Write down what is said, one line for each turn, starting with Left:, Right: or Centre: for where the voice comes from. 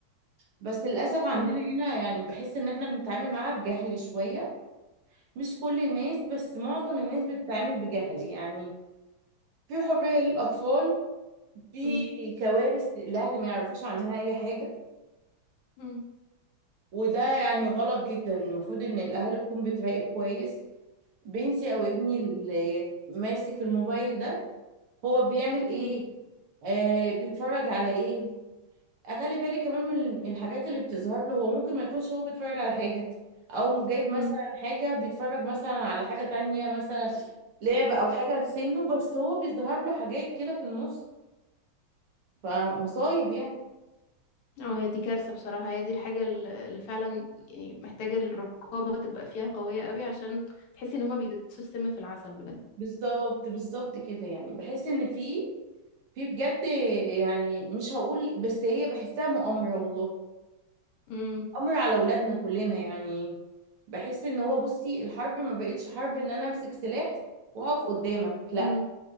Right: بس للأسف عندنا
Left: ف...
Right: هنا يعني بحس إن احنا بنتعامل معاها بجهل شوية مش كل الناس بس معظم الناس بتتعامل بجهل يعني في حرية للأطفال في
Left: مم.
Right: كوارث الأهل ما يعرفوش عنها أي حاجة
Left: مم.
Right: وده يعني غلط جدا المفروض إن الأهل تكون بتراقب كويس بنتي أو ابني اللي ماسك الموبايل ده هو بيعمل ايه
Left: مم.
Right: آه بيتفرج على ايه اخلي بالي كمان من الحاجات اللي بتظهر له هو ممكن ما يكونش هو بيتفرج على حاجة او جايب مثلا
Left: مم.
Right: حاجة بيتفرج مثلا على حاجة تانية مثلا لعب او حاجة لسنه بس هو بيظهر له حاجات كده في النص فمصايب يعني
Left: اه هي دي كارثة بصراحة هي دي الحاجة الل- اللي فعلا يعني محتاجة الرقابة تبقى فيها قوية قوي عشان تحسي ان هما بيدسوا السم في العسل بجد
Right: بالظبط بالظبط كده يعني بحس ان في في بجد يعني مش هقول بس هي بحسها مؤامرة والله
Left: امم
Right: أمر على أولادنا كلنا يعني بحس ان هو بصي الحرب ما بقتش حرب ان انا امسك سلاح واقف قدامك لا
Left: امم